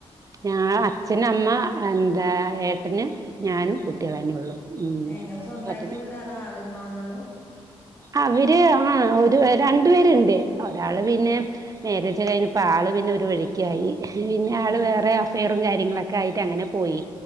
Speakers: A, on the right (about 30°); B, on the left (about 20°).
A: ഞാൻ, അച്ഛൻ, അമ്മ എന്താ ഏട്ടന് ഞാനും
B: ഏ
A: കുട്ടികളന്നെ ഉള്ളു ഉം
B: ഏ ഇങ്ങള് സ്വന്തായിട്ട്
A: ഏട്ടന്
B: വീടാ അതോ ആകൊരുമകനൊള്ളൂ.
A: അവര് ആ ഒരു രണ്ടു പേര്ണ്ട് ഒരാള് പിന്നെ നേരെച്ച കഴിഞ്ഞ് ഇപ്പാള് പിന്നെ ഒരു വഴിക്കായി പിന്നെ ആള്
B: ഏ
A: വേറെ അഫൈറും കാര്യങ്ങളൊക്കെ ആയിട്ട് അങ്ങനെ പോയി